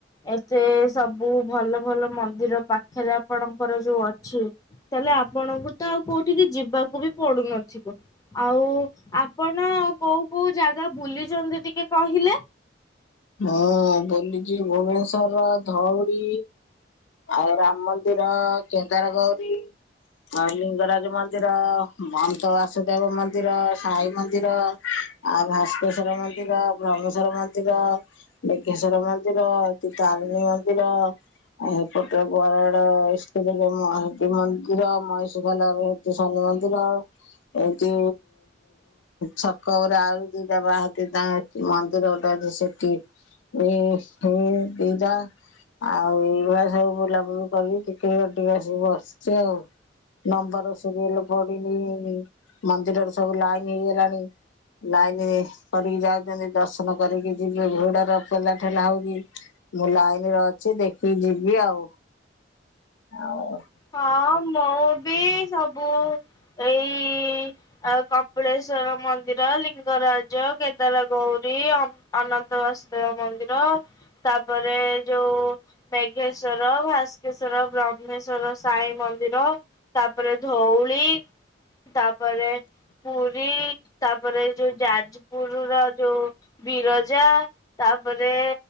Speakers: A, on the left; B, on the left.
A: ଏ ସେ ସବୁ ଭଲ ଭଲ ମନ୍ଦିର ପାଖରେ ଆପଣଙ୍କର ଯୋଉ ଅ ଛି ତାହେଲେ ଆପଣଙ୍କୁ ତ ଆଉ କୋଉଠିକି ଯିବାକୁ ବି ପଡୁନଥିବ ଆଉ ଆ ଆପଣ କୋଉ କୋଉ ଜାଗା ବୁଲିଛନ୍ତି ଟିକେ କହିଲେ?
B: ହଁ ବଲୁଚି ଭୁବନେଶ୍ୱର ଧଉଲି ଆଉ ରାମ ମନ୍ଦିର କେଦାର ଗୌରୀ। ଆଉ ଲିଙ୍ଗରାଜ ମନ୍ଦିର ମନ୍ତ ବାସୁଦେବ ମନ୍ଦିର ସାଇ ମନ୍ଦିର। ଆଉ ଭାସ୍କେଶ୍ଵର ମନ୍ଦିର ଭ୍ରମେଶ୍ଵର ମନ୍ଦିର କେଶ୍ଵର ମନ୍ଦିର ତୁତା। କାରଣୀ ମନ୍ଦିର। ଏପଟେ ବରାଡ ଈଷ୍ଟ ଦେବୀ ମହାନ୍ତି ମନ୍ଦିର ମଇଷିପଲା ଶନି ମନ ଦିନେ ଏଠି ଛକରେ ଆଳୁ ଦିଟା ବାହାରିଥିଲା କି ମନ୍ଦିର ଗୋଟେ ସେଠି ଏ ଏ ଏଇ ଦିଟା ଆଉ ସବୁ ବୁଲାବୁଲି କରି ଟିକିିରି ହାରଠୀ ଆସିକି ବସିଛି ଆଉ ନମ୍ବର ସିରିଏଲ ପଡିିନି ମନ୍ଦିରରେ ସବୁ ଲାଇନ ହେଇଗଲାଣି। ଲାଇନ କରିକି ଯାଉଛନ୍ତି ଦର୍ଶନ କରିକି ଯିବେ ଭିଡର ପଲା ଠେଲା ହଉଛି। ମୁଁ ଲାଇନୀରେ ଅଛି ଦେଖିକି ଯିବି ଆଉ ଆଉ
A: ହଁ ମୁଁ ବି ସବୁ ଏଇ ଆଉ କପିଳେଶ ର ମନ୍ଦିର ଲିଙ୍ଗରାଜ କେଦାର ଗୌରୀ ଅ ଅନନ୍ତ ବାସୁଦେବ ମନ୍ଦିର ତାପରେ ଯୋଉ ମେଘେଶ୍ଵର ଭାସ୍କେଶ୍ଵର ବ୍ରହ୍ମେଶ୍ଵର ସାଇ ମନ୍ଦିର ତାପରେ ଧଉଳି ତାପରେ ପୁରୀ ତାପରେ ଯୋଉ ଯାଜପୁର ର ଯୋଉ ବିରଜା ତାପରେ